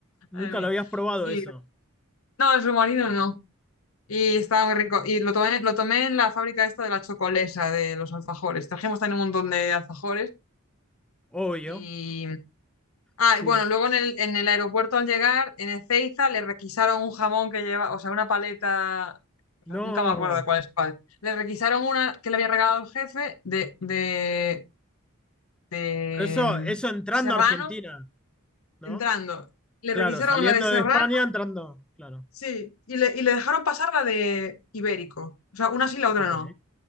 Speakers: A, in the centre; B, on the left (about 75°).
A: Nunca
B: madre mía.
A: lo habías probado
B: Y
A: eso.
B: no, el submarino no. Y estaba muy rico. Y lo tomé, lo tomé en la fábrica esta de la chocolesa, de los alfajores. Trajimos también un montón de alfajores
A: Obvio,
B: y Ah,
A: sí.
B: y bueno, luego en el, en el aeropuerto al llegar, en Ezeiza, le requisaron un jamón que lleva, o sea, una paleta,
A: No,
B: nunca me acuerdo de cuál es cuál. Le requisaron una que le había regalado el jefe de, de, de
A: pero eso,
B: mm,
A: eso entrando
B: Serrano
A: a Argentina, ¿no?
B: entrando. Le
A: Claro,
B: requisaron
A: saliendo
B: la de Serrano,
A: de España, entrando, claro.
B: sí, y le, y le dejaron pasar la de Ibérico. O sea, una sí, la otra
A: Ok.
B: no.